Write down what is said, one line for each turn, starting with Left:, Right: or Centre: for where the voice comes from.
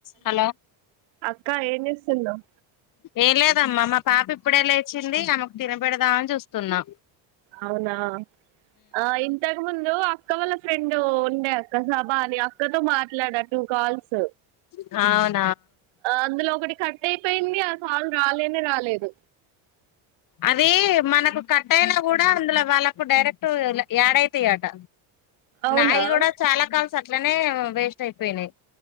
Left: hello
Right: అక్క ఏం చేస్తున్నావ్
Left: ఏం లేదమ్మా మా పాప ఇప్పుడే లేచింది ఆమెకు తినబెడదామని చూస్తున్నా
Right: అవునా ఆ ఇంతకు ముందు అక్క వాళ్ళ ఫ్రెండ్ ఉండే <unintelligible> అని అక్కతో మాట్లాడా టూ కాల్స్
Left: అవును
Right: అందులో ఒకటి కట్ అయిపోయింది ఆ కాల్ రాలేనే రాలేదు
Left: అది మనకు కట్టయినా కూడా అందులో వాళ్ళకు డైరెక్ట్ యాడ్ అయితయట
Right: అవునా
Left: నాయి కూడా చాలా కాల్స్ అట్లనే వేస్ట్ అయిపోయినయి